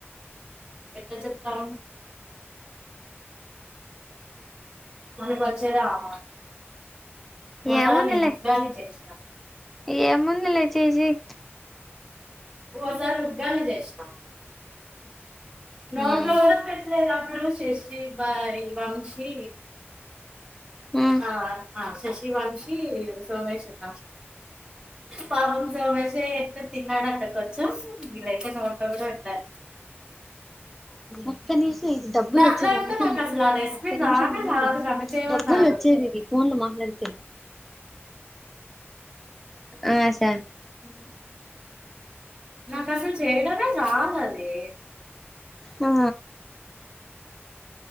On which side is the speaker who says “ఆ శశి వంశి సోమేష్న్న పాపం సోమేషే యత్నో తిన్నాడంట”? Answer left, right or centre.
Right